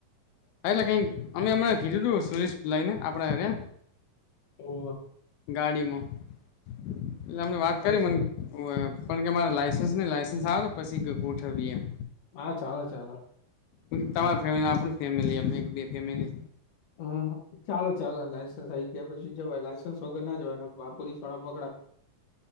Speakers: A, on the left (about 85°); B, on the left (about 55°).
A: હા, એટલે કંઈક અમે એમણે કીધુંતૂ સુરેશ લઈને આપણેને
B: ઓ
A: ગાડીમાં એટલે અમને વાત કરી
B: સુ
A: મને પણ કે મારે લસન્સ નહી લાયસન્સ આવે ને પછી કઈક ઉઠવી એમ
B: હા, ચાલો ચાલો
A: તમા ફેમ આપ ફેમિલી એક બે ફેમિલી
B: હમ્મ ચાલો ચાલો લાયઇસન્સ આ આવી ગયા પછી જવાય લાયસન્સ છોગર ના જવાય પોલીસ વાળા પકડા